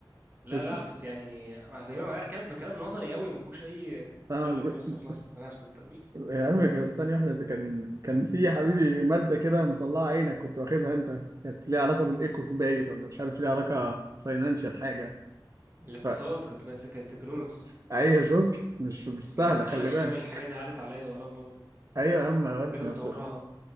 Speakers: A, on the right; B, on the right.
A: لا
B: اسمع
A: لا بس يعني هفهمها كلام بكلام نظري قوي ما فيهوش اي
B: فاهم
A: ولا ما فيهوش
B: <laughs>
A: خلاص انا هسكت
B: يا عم كان- ثانية واحدة ده كان كان في حبيبي مادة كده مطلعة عينك كنت واخدها أنت كانت ليها علاقة بالإيكو باين ولا مش عارف ليها علاقة فاينانشال حاجة
A: <laughs> الاقتصاد
B: ف...
A: كانت ماسكه ايكونومكس
B: <laughs> أيوه شفت مش مش سهلة
A: من
B: خلي
A: ارخم
B: بالك
A: الحاجات اللي عدت عليا والله ما بهزر
B: أيوه يا عم يا واد
A: بجد
B: ما
A: كنت
B: بت-
A: بكرهها